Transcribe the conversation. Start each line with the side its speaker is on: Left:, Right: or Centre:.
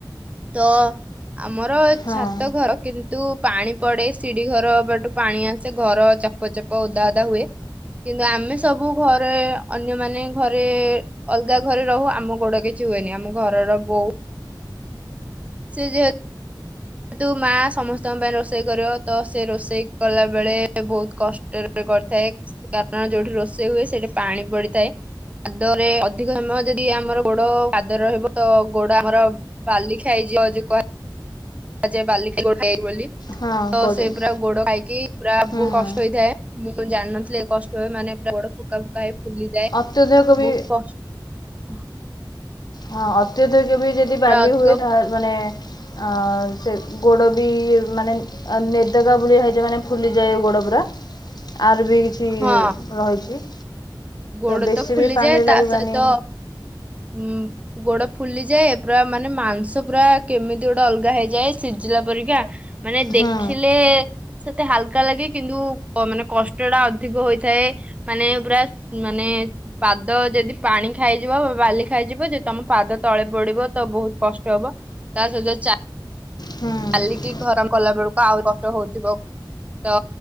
Right: ତ ଆ ଆମର
Left: ହଁ
Right: ଛାତ ଘର କିନ୍ତୁ ପାଣି ପଡେ ସିଡ଼ି ଘର ବାଟୁ ପାଣି ଆ ସେ ଘର ଚପ ଚପ ଓଦା ଓଦା ହୁଏ। କିନ୍ତୁ ଆମେ ସବୁ ଘରେ ଅନ୍ୟମାନେ ଘରେ ଅଲଗା ଘରେ ରହୁ ଆମ ଗୋଡ କିଛି ହୁଏନି ଆମ ଘରର ବୋଉ। ସେ ଯେହେ କିନ୍ତୁ ମା ସମସ୍ତଙ୍କ ପାଇଁ ରୋଷେଇ କରିବ ତ ସେ ରୋଷେଇ କଲା ବେଳେ ବହୁତ କଷ୍ଟରେ କରିଥାଏ କାରଣ ଯୋଉଠି ରୋଷେଇ ହୁଏ ସେଠି ପାଣି ପଡିଥାଏ। ପାଦରେ ଅଧିକ ସମୟ ଯଦି ଆମର ଗୋଡ ପାଦ ରହିବ ତ ଗୋଡ ଆମର ବାଲି ଖାଇ ଯିବ ଯୋଉ କ କୁହାଯାଏ ବାଲି ଖା ଗୋଡ ଖାଇଛି ବୋଲି।
Left: ହଁ
Right: ତ
Left: କହୁଛନ୍ତି
Right: ସେ ପୁରା ଗୋଡ ଖାଇକି ପୁରା
Left: ହୁଁ
Right: ବହୁତ କଷ୍ଟ
Left: ହୁଁ
Right: ହେଇଥାଏ ମୁ ମୁଁ ଜାଣିନଥିଲି ଏ କଷ୍ଟ ହୁଏ ମାନେ ପୁରା ଗୋଡ ଫୁକା ଫୁକା ହେଇ ଫୁଲିଯାଏ
Left: ଅତ୍ୟଧିକ ବି
Right: ବହୁତ କଷ ହଁ
Left: ହଁ ଅତ୍ୟଧିକ ବି ଯଦି ବାଲି
Right: ପୁରା ଅଧିକ
Left: ହୁଏ ତା ହାଲ ମାନେ ଅ ସେ ଗୋଡ ବି ମାନେ ଅ ନେଦେଗା ପରିଆ ହେଇ ଯାଏ ମାନେ ଫୁଲିଯାଏ ଗୋଡ ପୁରା। ଆର୍ ବି କିଛି
Right: ହଁ
Left: ରହିଛି।
Right: ଗୋଡ
Left: ବେଶୀ
Right: ତ ଫୁଲିଯାଏ
Left: ବି ପାଣିରେ
Right: ତା
Left: ଲାଗିବାନି
Right: ସହିତ ଉଁ। ଗୋଡ ଫୁଲିଯାଏ ପୁରା ମାନେ ମାଂସ ପୁରା କେମିତି ଗୋଟେ ଅଲଗା ହେଇଯାଏ ସିଝିଲା ପରିକା। ମାନେ ଦେଖିଲେ
Left: ହୁଁ
Right: ସେତେ ହାଲକା ଲାଗେ କିନ୍ତୁ ମାନେ କଷ୍ଟ ଟା ଅଧିକ ହୋଇଥାଏ। ମାନେ ପୁରା ମାନେ ପାଦ ଯଦି ପାଣି ଖାଇଯିବ ବାଲି ଖାଇଯିବ ଯି ତମ ପାଦ ତଳେ ପଡିବ ତ ବହୁତ କଷ୍ଟ ହବ। ତା ସହିତ
Left: ହୁଁ
Right: ଚାଲିକି <unintelligible> କଲା ବେଳକୁ ଆହୁରି କଷ୍ଟ ହଉଥିବ। ତ